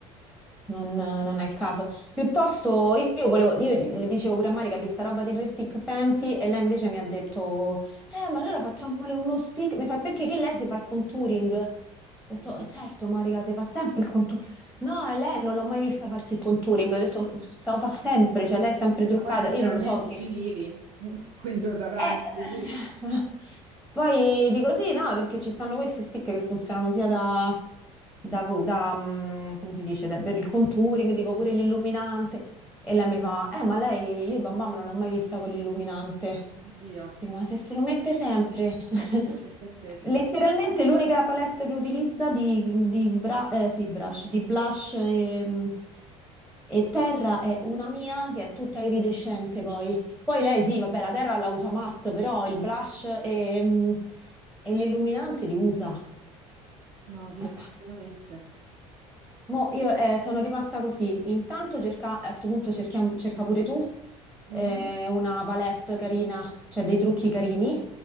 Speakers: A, in the centre; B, on the right.
A: Non, non è il caso. Piuttosto, io volevo, io le dicevo pure a Marica di sta roba dei due stick Fenty e lei invece mi ha detto, eh, ma allora facciamole uno stick. Mi fa, perché che lei si fa il contouring? Ho detto,
B: Mm.
A: "Eh, certo, Marica, si fa sempre il contouring. No, e lei non l'ho mai vista farsi il contouring. Ho detto, se lo fa sempre, cioè lei è sempre truccata.
B: Ma poi letteralmente
A: Io non lo so che,
B: ci vivi, <laughs> quindi lo saprai
A: eh,
B: meglio tu.
A: <laughs> poi dico sì, no, perché ci stanno questi stick che funzionano sia da, da co- da, mm, come si dice, da- per il contouring, dico pure l'illuminante. E lei mi fa, eh, ma lei, io Bam Bam non l'ho mai vista con l'illuminante.
B: Oddio,
A: Dico, ma se se lo mette sempre. <laughs>
B: no, sicuramente spesso.
A: Letteralmente l'unica palette che utilizza di, di bra- eh, sì, brush, di blush e, e terra è una mia che è tutta iridescente poi. Poi lei sì, vabbè, la terra la usa matte, però il blush e, mm, e l'illuminante li usa.
B: No, sì,
A: Eh,
B: effettivamente.
A: Mo io eh, sono rimasta così. Intanto cerca, a sto punto cerchiam- cerca pure tu
B: Mhm.
A: eh, una palette carina, cioè dei trucchi carini,